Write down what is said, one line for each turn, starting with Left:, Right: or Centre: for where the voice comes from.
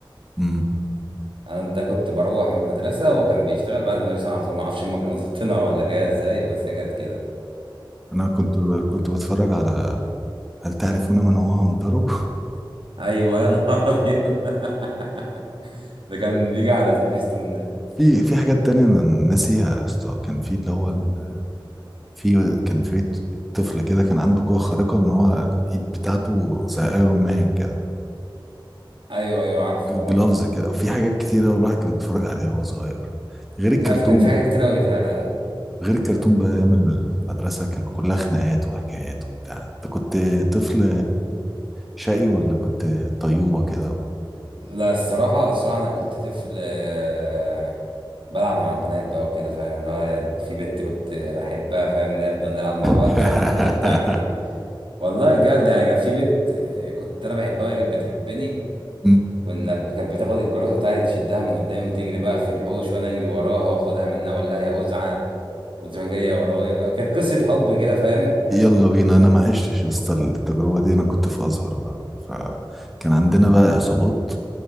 Centre: امم
Right: انا ده كنت بروح من المدرسة وكان بيشتغل بعد المدرسة على طول ما اعرفش هم كانوا <laughs> ظابطينها ولا جاية ازاي بس هي كانت كده
Centre: انا كنت كنت بتفرج على هل تعرفون من هو عمترو
Right: ايوه يا نهار ابيض <laughs> ده كان بيجي على سبيستون ده
Centre: <laughs> في في حاجات تانية انا ناسيها يا اسطى كان في اللي هو ال... في كان في طفل كده كان عنده قوه خارقه ان هو الايد بتاعته زي ايرون مان كده
Right: ايوه ايوه عارفه
Centre: جلوفز
Right: اه
Centre: كده في حاجات كتيرة والواحد كان بيتفرج عليها وهو صغير غير الكرتون
Right: لا في- كان في حاجات كتير قوي فعلا
Centre: غير الكرتون بقى ايام المدرسه كان كلها خناقات وحكايات وبتاع انت كنت طفل شقي ولا كنت طيوبه كده
Right: لا الصراحه الصراحه انا كنت طفل آه، بلعب مع البنات بقى وكده فاهم اللي هو في بنت كنت بحبها فاهم نفضل نلعب مع
Centre: <laughs>
Right: بعض تشد الكراسه بتاعتي والله بجد يعني كان في بنت آه، كنت انا بحبها وهي كانت بتحبني
Centre: م.
Right: كنا ب- كانت بتاخد الكراسه بتاعتي تشدها من قدامي وتجري بقى في الحوش وانا اجري وراها واخدها منها ولا هي قزعه وتروح جايه ورايا فاهم كانت قصه حب كده فاهم
Centre: يلا بينا انا ما عشتش يا اسطى التجربه دي انا كنت في ازهر بقى فكان عندنا بقى عصابات